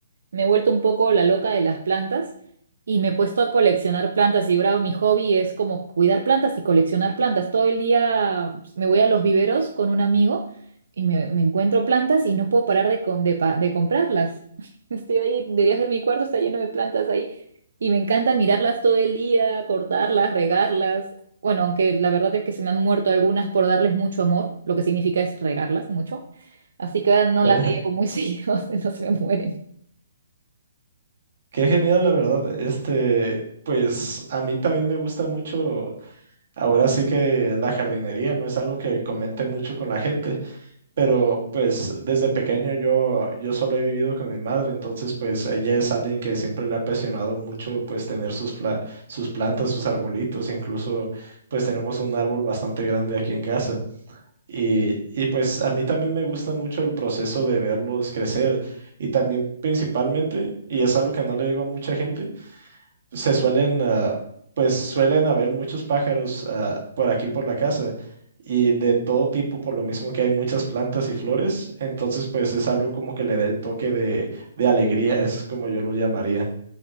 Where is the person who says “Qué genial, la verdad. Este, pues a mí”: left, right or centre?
Right